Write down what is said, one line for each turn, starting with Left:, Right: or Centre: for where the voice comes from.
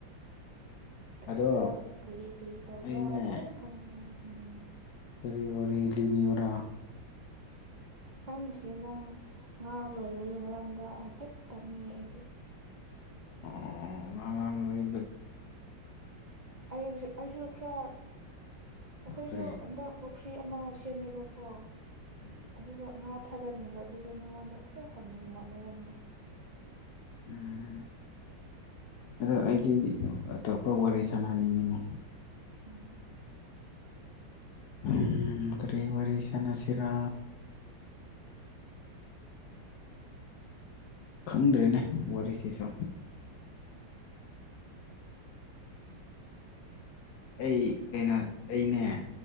Right: ꯑꯁꯤꯗ
Left: ꯑꯗꯣ
Right: ꯀꯔꯤ ꯀꯔꯤ ꯇꯧꯕ꯭ꯔꯥ
Left: ꯑꯩꯅꯦ
Right: ꯍꯥꯏꯕꯁꯨ ꯂꯣꯏ ꯈꯪꯕꯅꯦ ꯎꯝ
Left: ꯀꯔꯤ ꯋꯥꯔꯤ ꯂꯤꯕꯤꯌꯔꯥ
Right: ꯅꯪꯗꯤ ꯅꯪ ꯉꯥ ꯂꯣꯏꯕꯒꯤ ꯃꯔꯝꯗ ꯍꯥꯏꯐꯦꯠ ꯇꯥꯅꯤꯡꯉꯦ ꯑꯩꯗꯤ
Left: ꯑꯣ ꯉ ꯏ
Right: ꯑꯩ ꯑꯩꯁꯨ ꯈꯔ ꯑꯩꯈꯣꯏꯁꯨ
Left: ꯀꯔꯤ
Right: ꯍꯟꯗꯛ ꯄꯨꯈ꯭ꯔꯤ ꯑꯃ ꯁꯦꯝꯃꯦꯕꯀꯣ
Left: ꯎꯝ
Right: ꯑꯗꯨꯗ ꯉꯥ ꯊꯥꯗꯅꯤꯡꯕ ꯑꯗꯨꯗ ꯅꯪꯉꯣꯟꯗ ꯈꯔ ꯍꯪꯅꯤꯡꯕ ꯃꯔꯝꯗꯣ
Left: ꯎꯝ ꯑꯗꯣ ꯑꯩꯗꯤ ꯑꯇꯣꯞꯄ ꯋꯥꯔꯤ ꯁꯥꯟꯅꯅꯤꯡꯉꯤꯅꯦ
Right: ꯎꯝ
Left: ꯎꯝ ꯀꯔꯤ ꯋꯥꯔꯤꯔꯤ ꯁꯅꯁꯤꯔꯥ ꯈꯪꯗ꯭ꯔꯦꯅꯦ ꯋꯥꯔꯤꯁꯤꯁꯨ ꯑꯩ ꯀꯩꯅꯣ ꯑꯩꯅꯦ